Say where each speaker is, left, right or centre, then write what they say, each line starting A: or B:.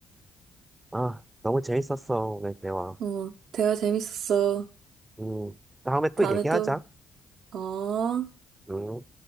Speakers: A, on the right; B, on the right.
A: 아 너무 재밌었어 오늘 대화
B: 어, 대화 재밌었어.
A: 음 다음에 또
B: 다음에
A: 얘기하자
B: 또, 어.
A: 음